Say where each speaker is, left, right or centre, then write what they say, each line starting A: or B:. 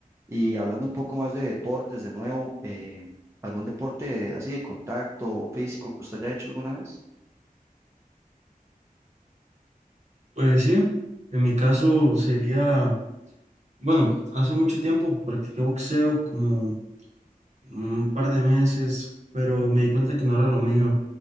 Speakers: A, on the right; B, on the right.
A: Y hablando un poco más de deportes, de nuevo, eh, ¿algún deporte así de contacto físico que usted haya hecho alguna vez?
B: Pues sí, en mi caso sería, bueno, hace mucho tiempo practiqué boxeo como un par de meses, pero me di cuenta que no era lo mío.